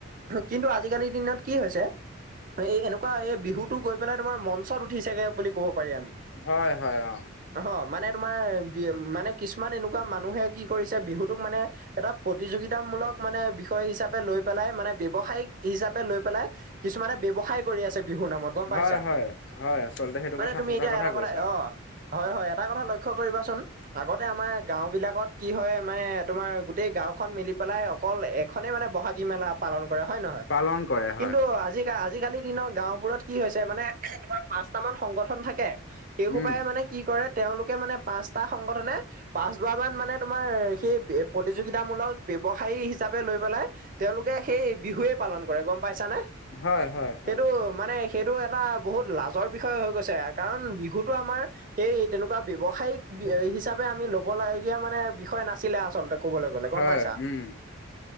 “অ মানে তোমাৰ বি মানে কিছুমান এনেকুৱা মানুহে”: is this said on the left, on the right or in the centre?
Right